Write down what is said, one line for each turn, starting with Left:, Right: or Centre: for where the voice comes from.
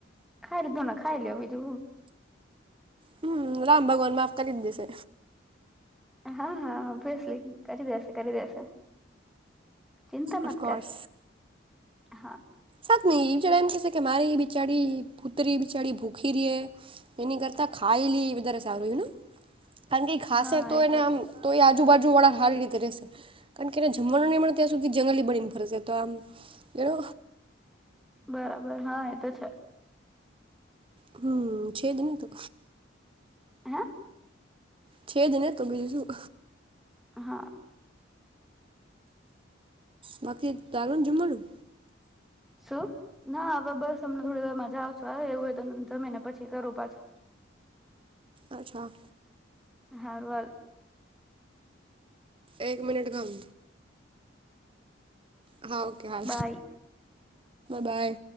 Centre: ખાઈ લીધું ને તો ખાઈ લો, બીજું હુ?
Right: હમ, રામ ભગવાન માફ કરી દે છે.
Centre: હા, હા, ઓબવ્યિસલી કરી દેશે. કરી દેશે. ચિંતા મત
Right: અફકોસ,
Centre: કર હા
Right: <unintelligible> વિશે તમારી બિચારી. કૂતરી બિચડી ભૂખી રહે, એની કરતા ખાઈલે એ વધારે સારું ને. કારણ કે ખાસે
Centre: હા
Right: તો
Centre: એ
Right: એને આમ
Centre: છે
Right: તો એ આજુબાજુ <unintelligible> આવી જ રહેસે કારણ કે, એને જમવાનું નહીં મળે ત્યાં સુધી સુધી જંગલી બળ ની ફરજ તો આમ. એનો
Centre: બરાબર. હા એ તો છે.
Right: હમ છ દને તો.
Centre: હે?
Right: છે જ તો બીજું શું.
Centre: હા.
Right: બાકી તારું જમલું?
Centre: શું? ના હવે બસ તમને થોડી વાર મજા આવો હ એવું જમી ને પાછી કરું પાછું.
Right: અચ્છા.
Centre: હારવાલ.
Right: એક મિનિટ ઘામ હા ઓકે હા,
Centre: બાય
Right: બાય.